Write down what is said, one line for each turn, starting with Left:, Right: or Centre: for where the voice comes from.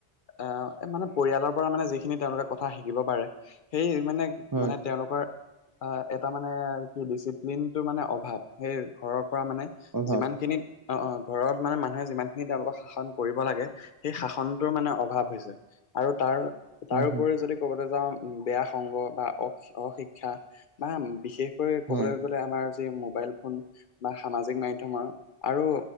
Left: এ মানে পৰিয়ালৰ পৰা মানে যিখিনি তেওঁলোকে কথা শিকিব পাৰে, সেই মানে
Right: হয়,
Left: মানে তেওঁলোকৰ আ-এটা মানে, কি ডিচিপ্লিনটোৰ মানে অভাৱ, সেইয়ে ঘৰৰ পৰা মানে
Right: অভাৱ
Left: যিমান খিনিত, অ' অ', ঘৰত মানে মানুহে যিমান খিনি তেওঁলোকক শাসন কৰিব লাগে সেই শাসনটোৰ মানে অভাৱ হৈছে আৰু তাৰ-তাৰ
Right: হয়,
Left: ওপৰি
Right: হয়,
Left: যদি ক'বলৈ যাওঁ উম, বেয়া সংগ বা অ-অশিক্ষা বা বিশেষকৈ ক'বলৈ
Right: হয়,
Left: গ'লে আমাৰ যি মোবাইল ফোন বা সামাজিক মাধ্যমৰ আৰু